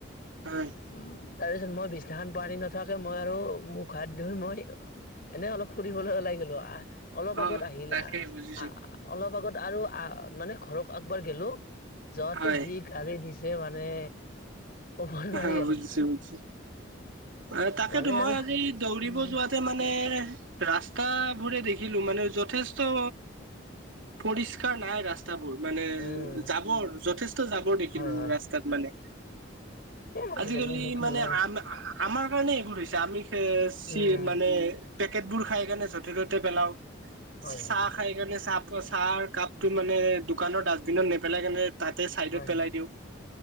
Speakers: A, on the right (about 80°); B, on the left (about 50°).
A: হয়।
B: উ তাৰ পিছত মই বিছনাখন পাৰি থৈ নথাকে মই আৰু মুখ হাত ধুই মই এনে অলপ ফুৰিবলৈ ওলাই গলো আহ অলপ
A: অ'
B: আগত আহিল
A: তাকে
B: আহ
A: বুজিছো
B: অলপ আগত আৰু মানে ঘৰক আকবাৰ গলো যোৱাতে
A: হয়
B: যি গালি দিছে মানে। কব নোৱাৰি
A: অ'
B: আৰু।
A: বুজিছো বুজিছো। অ তাকেতো
B: মানে
A: মই
B: আৰু
A: আজি দৌৰিব
B: উম,
A: যোৱা মানে ৰাস্তা বোৰে দেখিলো মানে যথেষ্ট পৰিষ্কাৰ নাই ৰাস্তা ৰাস্তাবোৰ মানে
B: উম,
A: যাবৰ যথেষ্ট জাবৰ দেখিলো
B: হয়, হয়
A: ৰাস্তাত মানে
B: এ
A: আজিকালি
B: আৰু খেলাই
A: মানে আম আমাৰ কাৰণে এইবোৰ হৈছে আমি খ চি
B: উম,
A: মানে পেকেট বোৰ খাই কেনে য'তে ত'তে পেলাও
B: হয়, হয়,
A: চাহ
B: হয়,
A: খাই কেণে চাহ চাহ কাপটো মানে দোকানৰ ডাষ্টবিনত নেপেলাই কেনে তাতে চাইডত
B: হয়,
A: পেলাই দিওঁ